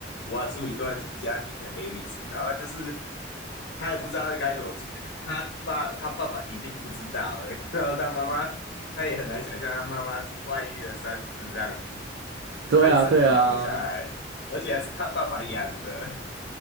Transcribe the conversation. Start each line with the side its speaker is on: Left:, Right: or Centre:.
Left: 挖出一段家庭的黑历史，然后他就是他也不知道该怎么做，他爸他爸爸一定不知道、欸，<laughs> 然后他妈妈他也很难想象他妈妈外遇了三次这样子，
Right: 对啊，
Left: 还生了两个小孩，
Right: 对啊，
Left: 而且还是他爸爸养的。